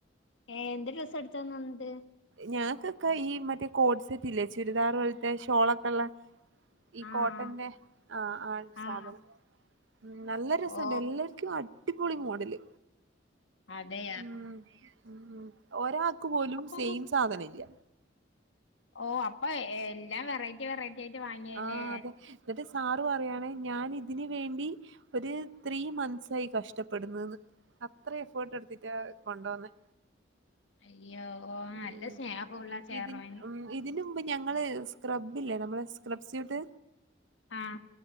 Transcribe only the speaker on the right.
ഞങ്ങൾക്കൊക്കെ ഈ മറ്റേ കോഡ് സെറ്റ് ഇല്ലേ ചുരിദാർ പോലത്തെ ഷോളൊക്കെ ഉള്ള ഈ
കോട്ടന്റെ ആ ആ സാധനം
ഉം നല്ല രസണ്ട്
എല്ലാർക്കും അടി അടിപൊളി മോഡല്
ഉം ഉം ഒരാൾക്ക് പോലും
സെയിം സാധനമില്ല.
ആ അതെ എന്നിട്ട് സാറ് പറയാണ് ഞാൻ ഇതിന് വേണ്ടി ഒരു ത്രീ മന്ത്സ് ആയി കഷ്ടപ്പെടുന്ന്ന്ന് അത്ര എഫേർട്ട് എടുത്തിട്ടാ കൊണ്ടോന്നേ
ഉം
ഇതി ഉം ഇതിന് മുമ്പ് ഞങ്ങള് സ്ക്രബ്ബില്ലേ നമ്മെ സ്ക്രബ്സ്യൂട്ട്